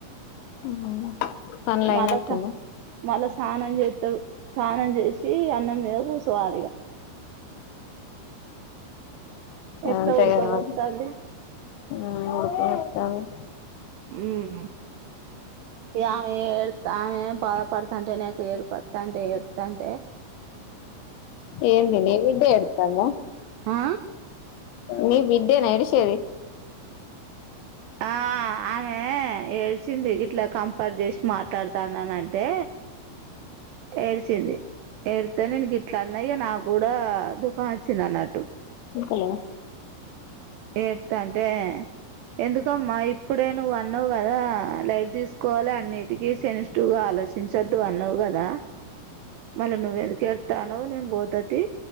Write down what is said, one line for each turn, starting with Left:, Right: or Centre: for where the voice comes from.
Left: పనులు అయినట్టేనా
Right: వలస వలస స్నానం చేస్తాడు స్నానం చేసి అన్నం మీద కుసోవాలిగా ఎట్లా
Left: అంతే
Right: ఉడకపోత్తాంది
Left: కదా మరి మ్మ్ ఉడక పెడతంది
Right: మ్మ్ ఇగ ఆమె ఎడ్ తామె బాధపడుతుంటే నకు ఏడుపతు అంటే ఏడుతంటే
Left: ఏందిని నీ బిడ్డ ఏడుత్తంద
Right: ఆ
Left: నీ బిడ్డేనా ఏడిసేది
Right: ఆ ఆమె ఏడ్చింది ఇట్లా కంపేర్ చేసి మాట్లాడతానని అంటే ఏడ్చింది ఏడితే నేను గిట్లా అన్న ఇగ నాకు కూడా దుఃఖం వచ్చింది అన్నట్టు
Left: హలో
Right: ఏడుత్తాంటే ఎందుకమ్మా ఇప్పుడే నువ్వు అన్నావు కదా లైట్ దీసుకోవాలి అన్నిటికీ సెన్సిటివ్ గా ఆలోచించద్దు అన్నవు కదా మళ్ళ నువ్వు ఎందుకు ఏడుతానవు నేను పోతతి